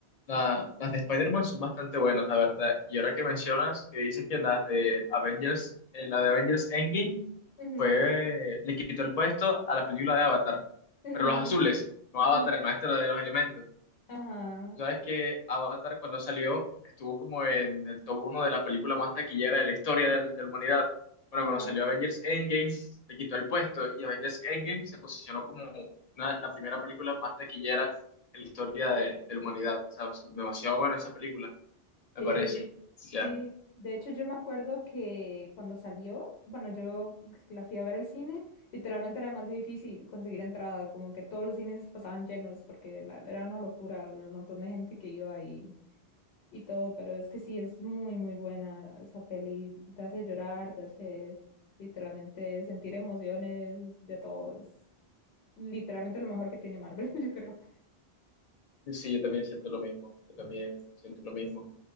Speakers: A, on the left (about 50°); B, on the left (about 75°).
A: la- las de Spider-Man son bastante buenas, la verdad. Y ahora que mencionas, que dices que las de Avengers, eh, la de Avengers Endgame
B: Ujú,
A: fue, le quitó el puesto a la película de Avatar,
B: ujú,
A: pero los azules, no Avatar,
B: ujú.
A: el maestro de los elementos.
B: Ajá,
A: Sabes que Avatar cuando salió estuvo como en el top uno de la película más taquillera de la historia del- de, la humanidad. Bueno,
B: ajá,
A: cuando salió Avengers Endgame le quitó el puesto y Avengers Endgame se posicionó como una- la primera película más taquillera en la historia de, de la humanidad. O sea, es demasiado buena esa película, me
B: sí,
A: parece. Ya.
B: sí. De hecho, yo me acuerdo que cuando salió, bueno, yo la fui a ver al cine, literalmente era demasiado difícil conseguir entrada, como que todos los cines pasaban llenos, porque la- era una locura el montón de gente que iba y, y todo, pero es que sí, es muy, muy buena esa peli, te hace llorar, te hace literalmente sentir emociones de todos literalmente lo mejor que tiene Marvel, <laughs> yo creo.
A: Sí, sí, yo también siento lo mismo. Yo también siento lo mismo.